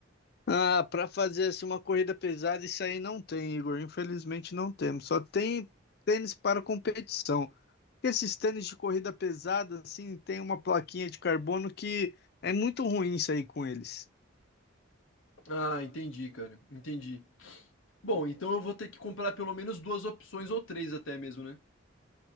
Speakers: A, on the left (about 50°); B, on the left (about 75°).
A: Ah, para fazer assim uma corrida pesada isso aí não tem, Igor. Infelizmente não temos. Só tem tênis para competição. Esses tênis de corrida pesada, assim, tem uma plaquinha de carbono que é muito ruim sair com eles.
B: Ah, entendi, cara. Entendi. Bom, então eu vou ter que comprar pelo menos duas opções ou três até mesmo, né?